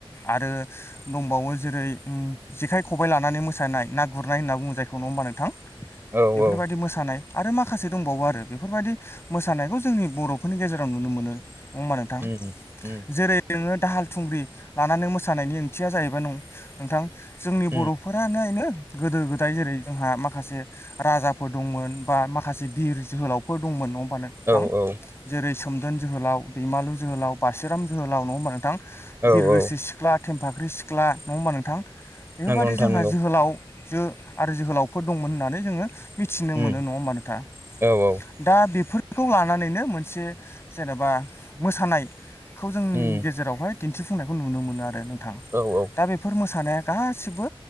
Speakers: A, on the left; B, on the right.
A: आरो दंबावो जेरै जेखाइ खबबाय लानानै मोसानाय। मोसानाय ना गुरनाय होनना बुङो जायखौ नङा होमबा नोंथां?
B: औ
A: बेफोरबायदि
B: औ
A: मोसानाय आरो माखासे दंबावो आरो बेफोरबायदि मोसानायखौ जोंनि बर'फोरनि गेजेराव नुनो मोनो। होमबा नोंथां।
B: उम उम
A: जेरै नोङो दाहाल थुंग्रि लानानै मोसानायनि ओंथिया जाहैबाय नं-नोंथां जोंनि बर'फोरनि
B: उम
A: गोदो गोदाय जेरै- जोंहा माखासे राजाफोर दंमोन बा माखासे बिर जोहोलावफोर जोहोलावफोर दंमोन नोंथां।
B: औ औ
A: जेरै सोमदोन जोहोलाव, दैमालु जोहोलाव, बासिराम जोहोलाव नङा होमबा नोंथां?
B: औ
A: बिरगोसि
B: औ
A: सिख्ला थेमफाख्रि सिख्ला नङा होमबा नोंथां? बेफोरबायदि
B: नंगौ नोंथां
A: जोंहा
B: नांगौ।
A: जोहोलाव जो आरो जोहोलावफोर दंमोन होननानै जोङो मिथिनो मोनो
B: उम
A: नङा होनबा नोंथां?
B: औ औ
A: दा बेफोर बेखौ लानानैनो मोनसे जेनेबा मोसानायखौ जोंनि
B: उम
A: गेजेरावहाय दिन्थिफुंनायखौ नुनो मोनो आरो नोंथां।
B: औ औ
A: दा बेफोर मोसानाया गासिबो